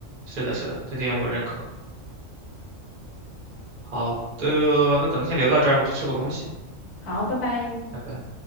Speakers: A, on the right; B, on the left.
A: 是的，是的，这点我认可。好的，那咱们先聊到这儿，我去吃口东西，
B: 好，拜拜。
A: 拜拜。